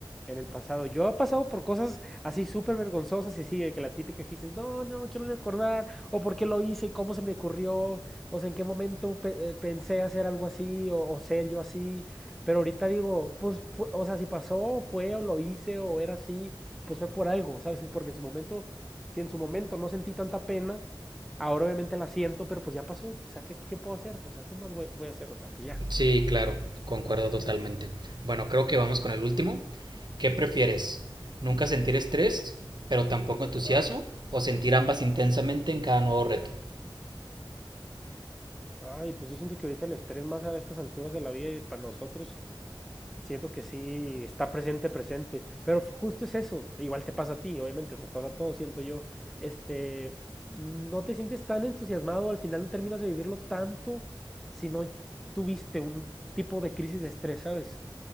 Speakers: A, in the centre; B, on the right.
A: en el pasado. Yo he pasado por cosas así súper vergonzosas y sí, de que la típica que dices, no, no quiero recordar, o por qué lo hice, cómo se me ocurrió, o sea, en qué momento pe- eh, pensé hacer algo así, o, o ser yo así. Pero ahorita digo, pues, fue- o sea, si pasó, fue, o lo hice, o era así, pues fue por algo, ¿sabes? Es Porque en su momento, si en su momento no sentí tanta pena, ahora obviamente la siento, pero pues ya pasó, o sea, ¿qué, qué puedo hacer? O sea, ¿qué más voy, voy a hacer? O sea, pues ya,
B: Sí, claro, concuerdo totalmente. Bueno, creo que vamos con el último. ¿Qué prefieres? ¿Nunca sentir estrés, pero tampoco entusiasmo? ¿O sentir ambas intensamente en cada nuevo reto?
A: Ay, pues yo siento que ahorita el estrés más a estas alturas de la vida y para nosotros, siento que sí está presente, presente. Pero f- justo es eso, igual te pasa a ti, obviamente, nos pasa a todos, siento yo. Este, no te sientes tan entusiasmado, al final no terminas de vivirlo tanto si no tuviste un tipo de crisis de estrés, ¿sabes?